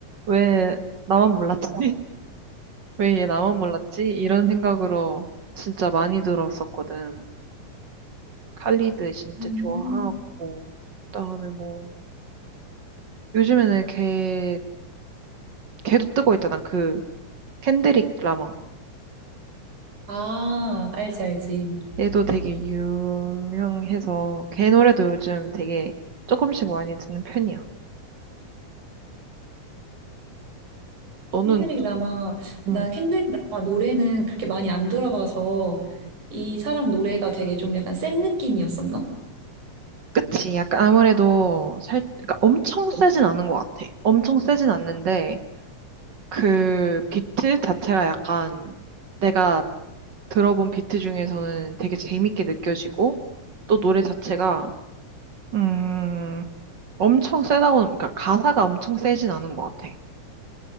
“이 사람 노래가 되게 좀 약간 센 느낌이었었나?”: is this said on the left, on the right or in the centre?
Right